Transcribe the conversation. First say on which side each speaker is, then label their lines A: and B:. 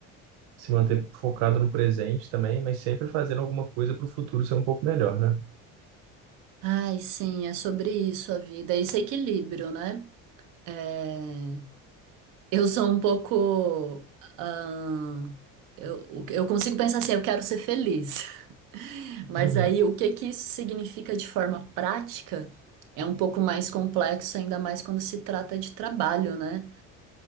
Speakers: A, on the right (about 90°); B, on the right (about 70°).
A: se manter focado no presente também, mas sempre fazendo alguma coisa para o futuro ser um pouco melhor, né?
B: Ai, sim, é sobre isso a vida, é esse equilíbrio, né? É, Eu sou um pouco. ah, Eu, eu consigo pensar assim, eu quero ser feliz. <laughs> Mas
A: Uhum.
B: aí o que que isso significa de forma prática é um pouco mais complexo, ainda mais quando se trata de trabalho, né?